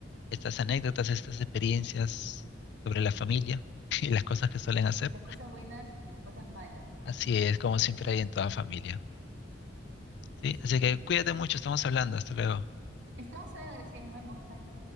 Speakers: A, on the left (about 60°); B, on the right (about 70°).
A: estas anécdotas, estas experiencias sobre la familia <laughs> y las cosas que suelen hacer.
B: Sí, las cosas buenas y las cosas malas también.
A: Así es, como siempre hay en toda familia. ¿Sí?
B: Sí.
A: Así que cuídate mucho, estamos hablando. Hasta luego.
B: Estamos en la gracia, nos vemos, bye.